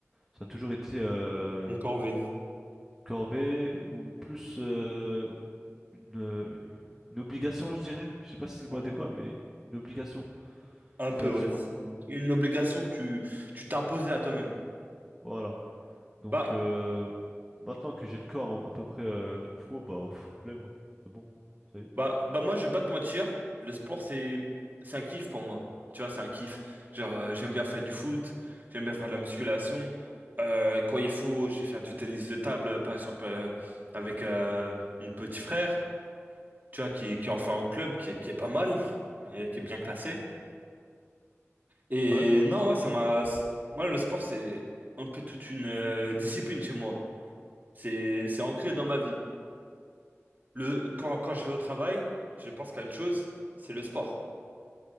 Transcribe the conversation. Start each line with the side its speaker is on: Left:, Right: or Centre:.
Centre: Ça a toujours été euh,
Right: Une corvée.
Centre: corvée ou plus euh, une, euh, une obligation, je dirais. Je sais pas si c'est le
Right: Ouais.
Centre: mot adéquat, mais une obligation.
Right: Un peu,
Centre: Faire
Right: ouais.
Centre: du sport?
Right: C'est une obligation que tu, tu t'imposais à toi-même.
Centre: Voilà. Donc,
Right: Bah,
Centre: euh, maintenant que j'ai le corps à peu près euh, qu'il me faut, bah, pff, flemme. hein. C'est bon, ça y est.
Right: Bah, bah moi, je vais pas te mentir, le sport, c'est, c'est un kiff pour moi. Tu vois, c'est un kiff. Genre, euh, j'aime bien faire du foot, j'aime bien faire de la musculation. Euh, quand il faut, je vais faire du tennis de table, euh, par exemple, euh, avec euh, mon petit frère, tu vois, qui, qui en fait un club, qui, est- qui est pas mal, et qui est bien classé. Et
Centre: Ah ouais?
Right: non, ouais, ça m'a... Moi, le sport, c'est un peu toute une euh, discipline chez moi. C'est, c'est ancré dans ma vie. Le, quand, quand je vais au travail, je pense qu'à une chose, c'est le sport.